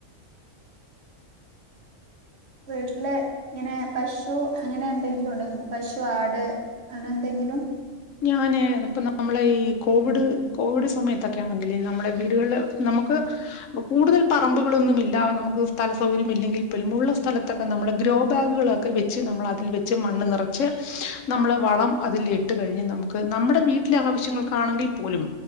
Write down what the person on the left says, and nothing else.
ഞാന് ഇപ്പ നമ്മളെ ഈ കോവിഡ് കോവിഡ് സമയത്തൊക്കെ ആണെങ്കില് നമ്മളെ വീടുകളില് നമുക്ക് പ്പൊ കൂടുതൽ പറമ്പുകളൊന്നും ഇല്ല നമുക്ക് സ്ഥല സൗകര്യം ഇല്ലെങ്കിൽ പി ഉള്ള സ്ഥലൊക്കെ നമ്മള് ഗ്രോ ഗ്രോബാഗുകളൊക്കെ വെച്ച് നമ്മളതിൽ വെച്ച് മണ്ണ് നിറച്ച് നമ്മള് വളം അതിൽ ഇട്ട് കഴിഞ്ഞ് നമുക്ക് നമ്മുടെ വീട്ടിലെ ആവശ്യങ്ങൾക്കാണെങ്കിൽ പോലും